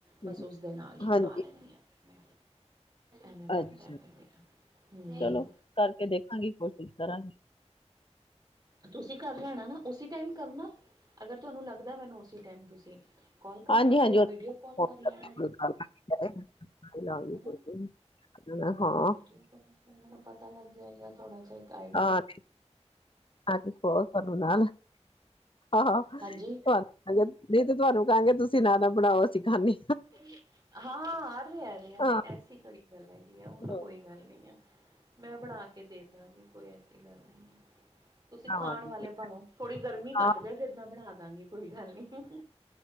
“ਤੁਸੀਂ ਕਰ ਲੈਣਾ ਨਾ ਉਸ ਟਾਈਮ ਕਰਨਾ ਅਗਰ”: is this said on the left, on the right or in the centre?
Right